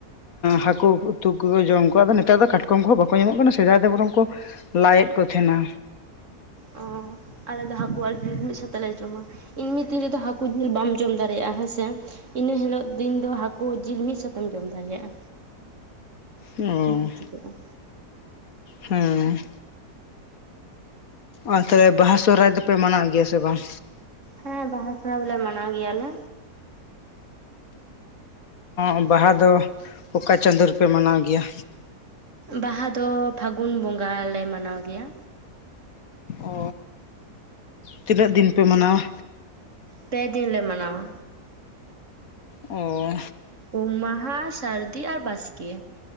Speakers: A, on the left (about 65°); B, on the right (about 50°).
A: ᱦᱟᱹᱠᱩ ᱩᱛᱩ ᱠᱚ ᱡᱚᱢ ᱠᱚᱣᱟ ᱟᱫᱚ ᱱᱮᱛᱟᱨ ᱫᱚ ᱠᱟᱴᱠᱚᱢ ᱠᱚᱦᱚᱸ ᱵᱟᱠᱚ ᱧᱟᱢᱚᱜ ᱠᱟᱱᱟ ᱥᱮᱫᱟᱭ ᱫᱚ ᱵᱚᱨᱚᱝ ᱠᱚ᱾ ᱞᱟᱭᱮᱫ ᱠᱚ ᱛᱟᱦᱮᱱᱟ᱾
B: ᱚ ᱟᱞᱮ ᱫᱚ ᱦᱟᱹᱠᱩ ᱟᱨ ᱡᱤᱞ ᱢᱤᱫ ᱥᱟᱛᱮᱜᱞ ᱞᱮ ᱡᱚᱢᱟ ᱮᱢᱱᱤ ᱫᱤᱱ ᱨᱮᱫᱚ ᱦᱟᱹᱠᱩ ᱡᱤᱞ ᱵᱟᱢ ᱡᱚᱢ ᱫᱟᱲᱮᱭᱟᱜᱼᱟ ᱦᱮᱸᱥᱮ᱾ ᱤᱱᱟᱹ ᱦᱤᱞᱳᱜ ᱫᱤᱱ ᱫᱚ ᱦᱟᱹᱠᱩ ᱡᱤᱞ ᱢᱤᱫ ᱥᱟᱛᱮᱢ ᱡᱚᱢ ᱫᱟᱲᱮᱭᱟᱜᱼᱟ᱾
A: ᱚ
B: ᱵᱟᱢ ᱪᱤᱠᱟᱹᱜᱼᱟ
A: ᱦᱮᱸ᱾ ᱟᱨ ᱛᱟᱦᱚᱞᱮ ᱵᱟᱦᱟ ᱥᱚᱦᱚᱨᱟᱹᱭ ᱫᱚᱯᱮ ᱢᱟᱱᱟᱣᱮᱫ ᱜᱮᱭᱟ ᱥᱮ ᱵᱟᱝ?
B: ᱦᱮᱸ ᱵᱟᱦᱟ ᱯᱚᱨᱦᱟᱹᱭ ᱫᱚᱞᱮ ᱢᱟᱱᱟᱣ ᱜᱮᱭᱟ ᱞᱮ᱾
A: ᱚ ᱵᱟᱦᱟ ᱫᱚ ᱚᱠᱟ ᱪᱟᱸᱫᱳ ᱨᱮᱯᱮ ᱢᱟᱱᱟᱣ ᱜᱮᱭᱟ?
B: ᱵᱟᱦᱟ ᱫᱚ ᱯᱷᱟᱹᱜᱩᱱ ᱵᱚᱸᱜᱟ ᱞᱮ ᱢᱟᱱᱟᱣ ᱜᱮᱭᱟ᱾
A: ᱚ ᱛᱤᱱᱟᱹᱜ ᱫᱤᱱ ᱯᱮ ᱢᱟᱱᱟᱣᱟ?
B: ᱯᱮ ᱫᱤᱱ ᱞᱮ ᱢᱟᱱᱟᱣᱟ᱾
A: ᱚᱻ
B: ᱩᱢ ᱢᱟᱦᱟ, ᱥᱟᱹᱨᱫᱤ ᱟᱨ ᱵᱟᱥᱠᱮ᱾